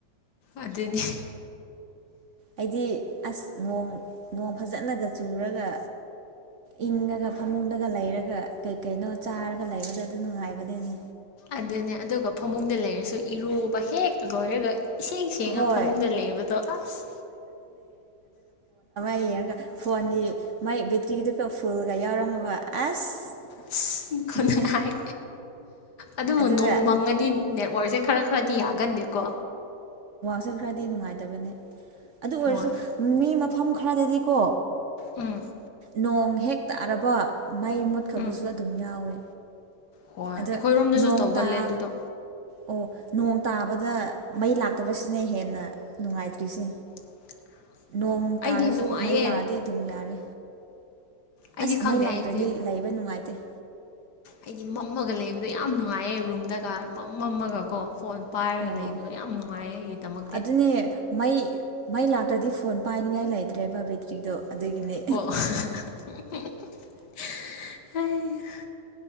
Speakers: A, on the left; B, on the right.
A: ꯑꯗꯨꯅꯤ
B: ꯑꯩꯗꯤ ꯑꯁ ꯅꯣꯡ ꯅꯣꯡ ꯐꯖꯅꯒ ꯆꯨꯔꯒ ꯏꯪꯉꯒ ꯐꯃꯨꯡꯗꯒ ꯂꯩꯔꯒ ꯀꯩ ꯀꯩꯅꯣ ꯆꯥꯔꯒ ꯂꯩꯕꯗ ꯑꯗꯨ ꯅꯨꯡꯉꯥꯏꯕꯗꯅꯦ
A: ꯑꯗꯨꯅꯦ ꯑꯗꯨꯒ ꯐꯃꯨꯡꯗ ꯂꯩꯔꯁꯨ ꯏꯔꯨꯕ ꯍꯦꯛ ꯂꯣꯏꯔꯒ ꯏꯁꯦꯡ ꯁꯦꯡꯉ
B: ꯍꯣꯏ
A: ꯐꯃꯨꯡꯗ ꯂꯩꯕꯗꯣ ꯑꯁ
B: ꯍꯡꯉꯒ ꯐꯣꯟꯒꯤ ꯃꯥꯏ ꯕꯦꯇ꯭ꯔꯤꯗꯨꯒ ꯐꯨꯜꯒ ꯌꯥꯎꯔꯝꯃꯕ ꯑꯁ
A: ꯑꯁ ꯈꯨꯅꯉꯥꯏ
B: ꯑꯗꯨꯅꯦ
A: ꯑꯗꯨꯕꯨ
B: ꯑꯗꯨꯒ
A: ꯅꯣꯡꯃꯪꯒꯗꯤ ꯅꯦꯠꯋꯥꯔꯁ ꯁꯦ ꯈꯔ ꯈꯔꯗꯤ ꯌꯥꯒꯟꯗꯦꯀꯣ
B: ꯄꯁꯛ ꯈꯔꯗꯤ ꯅꯨꯡꯉꯥꯏꯇꯕꯅꯦ ꯑꯗꯨ ꯑꯣꯏꯔꯁꯨ
A: ꯍꯣꯏ
B: ꯃꯤ ꯃꯐꯝ ꯈꯔꯗꯗꯤꯀꯣ
A: ꯎꯝ
B: ꯅꯣꯡ ꯍꯦꯛ ꯇꯥꯔꯕ ꯃꯩ ꯃꯨꯠꯈꯕꯁꯨ
A: ꯎꯝ
B: ꯑꯗꯨꯝ ꯌꯥꯎꯋꯦ
A: ꯍꯣꯏ
B: ꯑꯗ
A: ꯑꯩꯈꯣꯏꯔꯣꯝꯗꯁꯨ
B: ꯅꯣꯡ
A: ꯇꯧꯒꯜꯂꯦ
B: ꯇꯥ
A: ꯑꯗꯨꯗꯣ
B: ꯑꯣ ꯅꯣꯡ ꯇꯥꯕꯗ ꯃꯩ ꯂꯥꯛꯇꯕꯁꯤꯅ ꯍꯦꯟꯅ ꯅꯨꯡꯉꯥꯏꯇ꯭ꯔꯤꯁꯦ
A: <inaudible>
B: ꯅꯣꯡ
A: ꯑꯩꯗꯤ
B: ꯇꯥꯔꯁꯨ
A: ꯅꯨꯡꯉꯥꯏꯌꯦ
B: ꯃꯩ ꯂꯥꯛꯑꯗꯤ ꯑꯗꯨꯝ ꯌꯥꯔꯦ
A: ꯑꯩꯗꯤ
B: ꯑꯁ
A: ꯈꯪꯗꯦ
B: ꯃꯩ ꯂꯥꯛꯇ꯭ꯔꯗꯤ
A: ꯑꯩꯗꯤ
B: ꯂꯩꯕ ꯅꯨꯡꯉꯥꯏꯇꯦ
A: ꯑꯩꯗꯤ ꯃꯝꯃꯒ ꯂꯩꯕꯗꯣ ꯌꯥꯝ ꯅꯨꯡꯉꯥꯏꯌꯦ ꯔꯨꯝꯗꯒ ꯃꯝ ꯃꯝꯃꯒꯀꯣ ꯐꯣꯟ ꯄꯥꯏꯔꯒ
B: ꯑꯣ
A: ꯂꯩꯕꯗꯣ ꯌꯥꯝ ꯅꯨꯡꯉꯥꯏꯌꯦ ꯑꯩꯒꯤꯗꯃꯛꯛꯇ
B: ꯑꯗꯨꯅꯦ ꯃꯩ ꯃꯩ ꯂꯥꯛꯇ꯭ꯔꯗꯤ ꯐꯣꯟ ꯄꯥꯏꯅꯤꯡꯉꯥꯏ ꯂꯩꯇ꯭ꯔꯦꯕ ꯕꯦꯇ꯭ꯔꯤꯗꯣ
A: ꯑꯣ
B: ꯑꯗꯨꯒꯤꯅꯦ